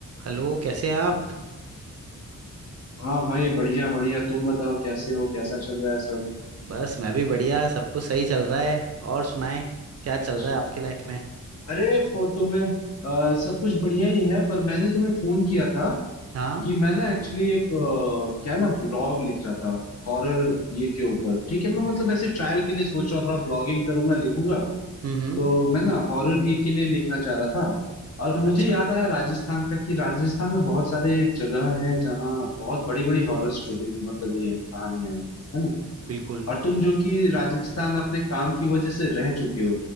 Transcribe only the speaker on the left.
हाँ भाई बढ़िया बढ़िया तुम बताओ कैसे हो कैसा चल रहा है सब
अच्छा।
अच्छा।
अरे फो तुम्हें अ, सब कुछ बढ़िया ही है पर मैंने तुम्हें फोन किया था
कि मैं ना एक्चुअली एक अ, क्या ना ब्लॉग लिख रहा था हॉरर ये के ऊपर ठीक है मैं मतलब ऐसे ट्रायल के लिए सोच रहा हूँ थोड़ा ब्लॉगिंग करूंगा लिखूंगा
तो मैं ना हॉरर ये के लिए लिखना चाह रहा था और मुझे
याद आया राजस्थान का कि राजस्थान में बहुत सारे जगह हैं जहाँ बहुत बड़ी बड़ी हॉरर स्टोरी मतलब ये है कहानियां हैं है ना
और तुम जो कि राजस्थान अपने काम की वजह से रह चुके हो